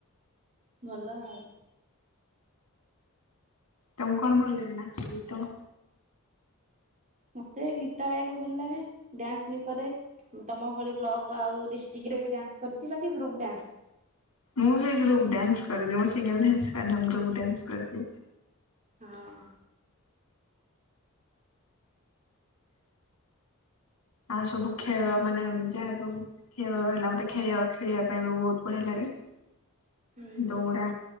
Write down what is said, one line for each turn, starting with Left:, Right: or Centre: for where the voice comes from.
Right: ଭଲ ଆଉ।
Left: ତମକୁ କଣ ଭଲ ଲାଗେ ନା ସଙ୍ଗୀତ
Right: ମୋତେ ଗୀତ ଗାଇବାକୁ ଭଲ ଲାଗେ ଡ୍ୟାନ୍ସ ବି କରେ। ତମ ଭଳି ବ୍ଲକ ଆଉ ଡିଷ୍ଟ୍ରିକ୍ଟରେ ବି ଡ୍ୟାନ୍ସ କରିଛି ବାକି ଗ୍ରୁପ୍ ଡ୍ୟାନ୍ସ।
Left: ମୁଁ ବି ଗ୍ରୁପ୍ ଡାନ୍ସ କରିଛି ମୁଁ ସିଙ୍ଗଲ ଡାନ୍ସ କରିନି ମୁଁ ଗ୍ରୁପ୍ ଡାନ୍ସ କରିଛି।
Right: ହଁ
Left: ଆଉ ସବୁ ଖେଳ ମାନେ ଯାହା ସବୁ ଖେଳ ରହିଲା ମତେ ଖେଳିବା ଖେଳିବା ପାଇଁ ବି ବହୁତ ବଢିଆ ଲାଗେ
Right: ହୁଁ
Left: ଦୌଡ଼ା